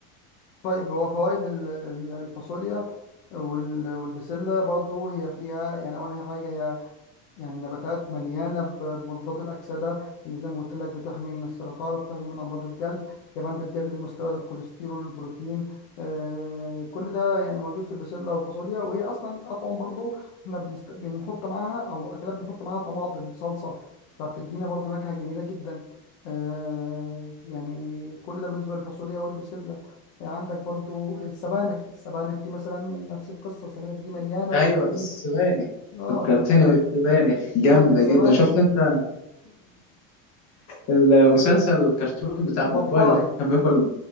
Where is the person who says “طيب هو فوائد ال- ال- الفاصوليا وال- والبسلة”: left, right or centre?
Left